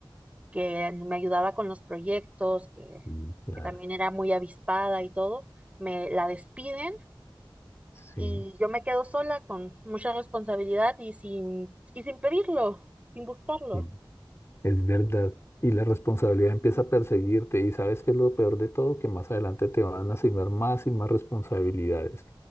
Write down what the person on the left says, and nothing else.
mm. claro,
sí,
sí, es verdad. Y la responsabilidad empieza a perseguirte y sabes que es lo peor de todo, que más adelante te van a asignar más y más responsabilidades.